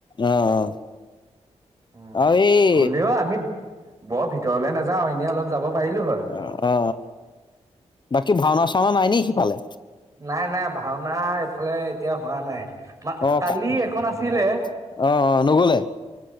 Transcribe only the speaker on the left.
অ অ
আও এই
অ অ অ বাকী ভাওনা চাওনা নাই নিেকি কি পালে
আহ
আহ
আহ নগলে